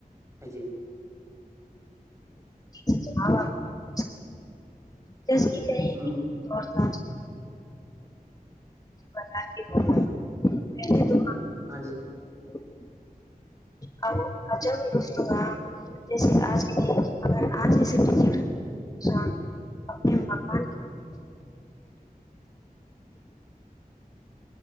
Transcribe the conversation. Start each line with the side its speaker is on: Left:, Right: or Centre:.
Right: ہے جی <unintelligible>
Left: <inaudible> جسکی کہ
Right: ہوں،
Left: تھاج بتا کے رے تو
Right: ہاں جی
Left: <inaudible> ا عب لفگ جیسے آج ا آج جسے ڈج اپنے مکان